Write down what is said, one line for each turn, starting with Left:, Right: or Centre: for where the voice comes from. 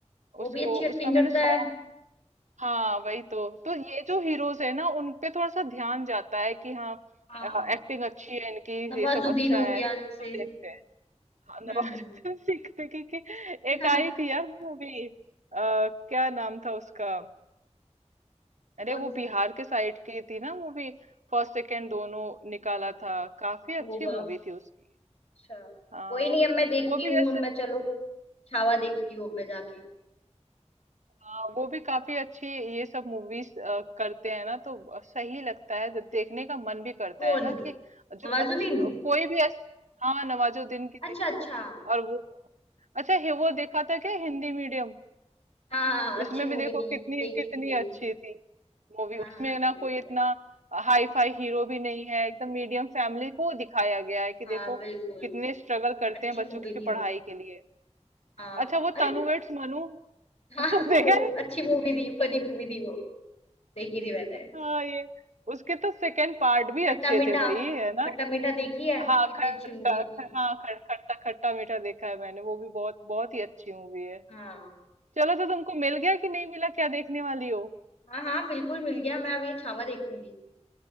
Left: वो
Right: उसको
Left: भी अच्छी एक्टिंग
Right: उसका मैंने
Left: करता
Right: सॉन्ग
Left: है
Right: हाँ वही तो तो ये जो हीरोज है ना उन पे थोड़ा सा ध्यान जाता है कि हाँ
Left: हाँ
Right: एक्टिंग अच्छी है इनकी
Left: नवाजुद्दीन
Right: ये सब अच्छा
Left: हो
Right: है
Left: गया जैसे
Right: तो देखते हैं हाँ, नवाजुद्दीन
Left: हम्म
Right: सिद्दीकी की <laughs>
Left: <laughs>
Right: एक आई थी यार मूवी आ, क्या नाम था उसका अरे
Left: कौन
Right: वो
Left: सी
Right: बिहार के साइड की थी ना मूवी फर्स्ट सेकंड दोनों निकाला था काफी अच्छी
Left: होगा
Right: मूवी थी उसकी
Left: अच्छा
Right: हाँ
Left: कोई नहीं
Right: वो,
Left: अब मैं देखती
Right: वो भी
Left: हूँ
Right: जैसे
Left: अब मैं चलो छावा देखती हूँ अब मैं जाके
Right: हाँ वो भी काफी अच्छी ये सब मूवीज करते हैं ना तो सही लगता है तो देखने का मन भी करता
Left: कौन
Right: है ना कि जो
Left: नवाजुद्दीन
Right: अच्छ, कोई भी ऐस, हाँ नवाजुद्दीन की देख
Left: अच्छा अच्छा
Right: लो
Left: हाँ
Right: और वो अच्छा हे वो देखा था क्या हिंदी मीडियम
Left: हाँ हाँ, अच्छी
Right: उसमें
Left: मूवी
Right: भी देखो
Left: थी
Right: कितनी
Left: देखी
Right: कितनी
Left: थी देखी
Right: अच्छी
Left: थी
Right: थी मूवी
Left: हाँ
Right: उसमें
Left: हाँ देखी
Right: ना कोई
Left: थी
Right: इतना
Left: मैंने
Right: हाई फाई हीरो भी नहीं है एकदम मीडियम फैमिली को दिखाया गया है कि
Left: हाँ
Right: देखो
Left: बिल्कुल
Right: कितने स्ट्रगल करते
Left: अच्छी
Right: हैं बच्चों
Left: मूवी
Right: की
Left: थी
Right: पढ़ाई
Left: वो
Right: के लिए
Left: हाँ
Right: अच्छा वो
Left: अरे
Right: तनु वेड्स मनु <laughs>
Left: हाँ हाँ,
Right: वो देखा
Left: वो
Right: है
Left: अच्छी मूवी थी फनी मूवी थी वो देखी थी मैंने
Right: हाँ ये उसके तो सेकंड पार्ट भी
Left: खट्टा
Right: अच्छे
Left: मीठा
Right: थे भाई है ना
Left: खट्टा मीठा देखी है
Right: हाँ
Left: कितनी
Right: खट्टा
Left: अच्छी मूवी थी
Right: ख, हाँ ख, खट्टा खट्टा मीठा देखा है मैंने वो भी बहुत बहुत ही अच्छी मूवी है
Left: हाँ
Right: चलो तो तुमको मिल गया कि नहीं मिला क्या देखने वाली हो
Left: हाँ हाँ बिल्कुल मिल गया मैं अब ये छावा देखूंगी